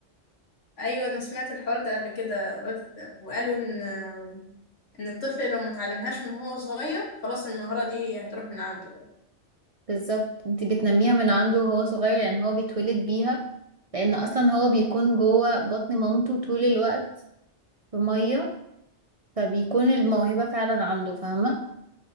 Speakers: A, on the left; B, on the right.
A: ايوه انا سمعت الحوار ده قبل كده قلت وقالوا ان ان الطفل لو ما اتعلمهاش من هو صغير خلاص المهارة دي هتروح من عنده
B: بالظبط انت بتنميها من عنده وهو صغير لان هو بيتولد بيها لان اصلا هو بيكون جوه بطن مامته طول الوقت في مية فبيكون الموهبة فعلا عنده فاهمة